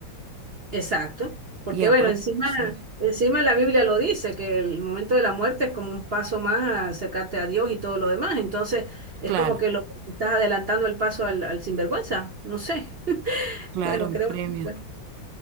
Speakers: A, on the right; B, on the right.
A: Exacto, porque
B: Y aparte,
A: bueno, encima,
B: sí,
A: encima la Biblia lo dice, que el momento de la muerte es como un paso más a acercarte a Dios y todo lo demás, entonces es
B: claro,
A: como que lo estás adelantando el paso al, al sinvergüenza, no sé,
B: claro,
A: bueno,
B: un
A: creo
B: premio.
A: que bueno,